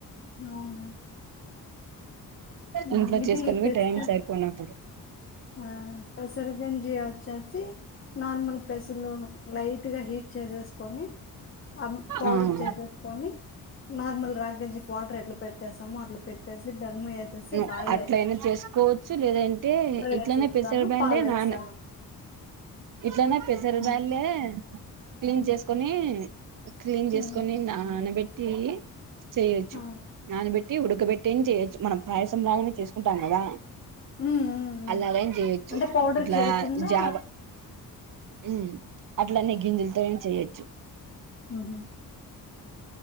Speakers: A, on the left; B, on the right.
A: అవునా ఉమ్,
B: ఇంట్లో
A: ఇది
B: చేసుకోనివి
A: పెసర
B: టైమ్ సరిపోయినప్పుడు
A: ఆ కసర గంజి వచ్చ సి నార్మల్ పసలు నైట్ ట్ గా హీట్ చేసేసుకొని ఆ పౌడర్
B: ఉమ్
A: చేసేసుకొని
B: ఆ
A: నార్మల్ రాగేజీకి పటర్ ఎట్లా పెట్టేసామో అట్లా పెట్టేసి బెల్లం వేసేసి
B: ఉమ్
A: బాయిల్
B: అట్లయినా చేసు కోవాచు లేద అంటే
A: వాటర్ వేసేస్తాను
B: ఇట్లనే పెసర బయలే
A: పాలేస్తాను
B: నా ఇట్లనే పెసర
A: హ్మ్
B: బ్యాలె క్లీన్ చేసుకొని క్లీన్
A: హ్మ్
B: చేసుకొని నా ఆన వెట్టి చేయవచ్చును
A: ఆ
B: నానపెట్టి ఉడకబెట్టటిని చేయొచ్చు మనం పాయసం లాగానే చేసుకుంటాం కదా
A: హ్మ్ హ్మ్ హ్మ్
B: అలాగం చేయొచ్చు
A: అంటే పౌడర్
B: ఇట్లా
A: చేయకుండా
B: జావ ఉ అట్లనే గింజలతో చేయొచ్చు
A: ఉహుమ్